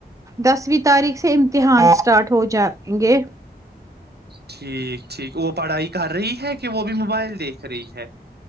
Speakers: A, on the right; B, on the right.
A: دسویں تاریخ سے امتحان اسٹارٹ ہو جائیں گے
B: ٹھیک ٹھیک وہ پڑھائی کر رہی ہے کہ وہ بھی موبائل دیکھ رہی ہے